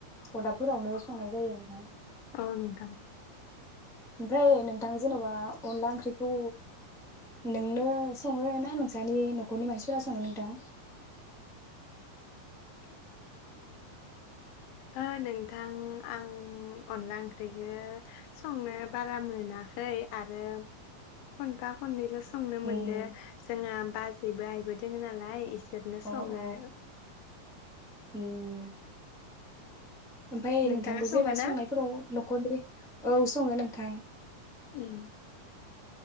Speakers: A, in the centre; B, on the left.
A: अदा फोरावनो संनाय जायो नोंथां
B: औ नोंथां
A: ओमफ्राय नोंथां जेन'बा अनदला ओंख्रि खौ नोंनो सङो ना ना नोंसनि न'खरनि मानसिफोरा संङो नोंथां
B: <inaudible> ओ नोंथां आं अनला ओंख्रिखौ संनो बारा मोनाखै आरो खनफा खननैल' संनो
A: उम
B: मोनदो जोंहा बाज बैबो आयबो दोङो नालाय एसे जोबनो
A: अ
B: संनो
A: अ
B: आरो
A: उम ओमफाय
B: नोंथाङा
A: नोंथांखौ
B: सङो
A: जेबा
B: ना?
A: संनायफोराव न'खरनि औ सङो नोंथां
B: उम